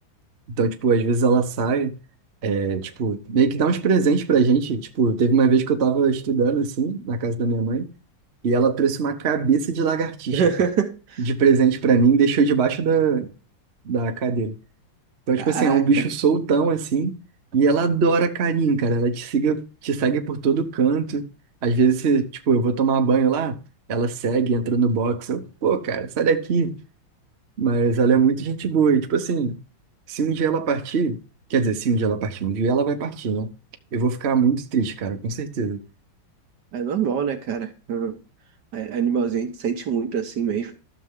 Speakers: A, on the right; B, on the right.
A: Então, tipo, às vezes ela sai, é, tipo, meio que dá uns presentes pra gente. Tipo, teve uma vez que eu tava estudando, assim, na casa da minha mãe, e ela trouxe uma cabeça de lagartixa,
B: <laughs>
A: cara, de presente pra mim, e deixou debaixo da, da cadeira. Então,
B: Caraca.
A: tipo assim, é um bicho soltão, assim, e ela adora carinho, cara. Ela te siga, te segue por todo canto. Às vezes, você- tipo, eu vou tomar banho lá, ela segue, entra no box, eu, pô, cara, sai daqui. Mas ela é muito gente boa. E, tipo assim, se um dia ela partir, quer dizer, se um dia ela partir, um dia ela vai partir, né? Eu vou ficar muito triste, cara, com certeza.
B: É normal, né, cara? Aham. A- Animalzinho a gente sente muito assim mesmo.